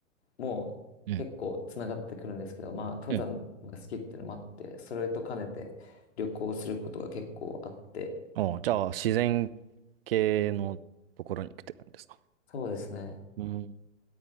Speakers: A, on the left; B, on the right.
A: も結構つながってくるんですけど、
B: うん、
A: まあ登山が好きっていうのもあって、
B: うん。
A: それと兼ねて旅行することが結構あって、
B: おじゃあ、自然系のところに行くって感じですか
A: そうですね。
B: うん。